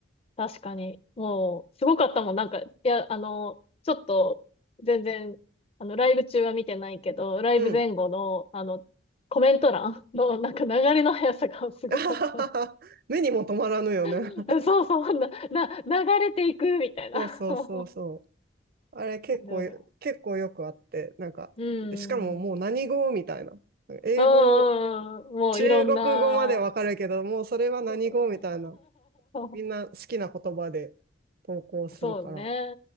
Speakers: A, on the left (about 30°); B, on the right (about 50°).
A: 確かに。もう、すごかったもん。なんか、いや、あの、ちょっと、全然、あの、ライブ中は見てないけど、ライブ前後の、
B: うん。
A: あの、コメント欄の、なんか流れの速さがすごかった。
B: <laughs> 目にも止まらぬよね。
A: <laughs> そうそう、な、な、流れていくみたいな。
B: <laughs> そうそうそうそう。
A: <laughs> 感
B: あれ結構、
A: 情で
B: 結構よくあって、なんか、
A: うん。
B: しかももう何語みたいな。
A: うん
B: 英語
A: うんうん。もういろんな。
B: 中国語までわかるけど、もうそれは何語みたいな。
A: そ
B: みんな好きな言葉で投稿するから。
A: う <laughs> そうね。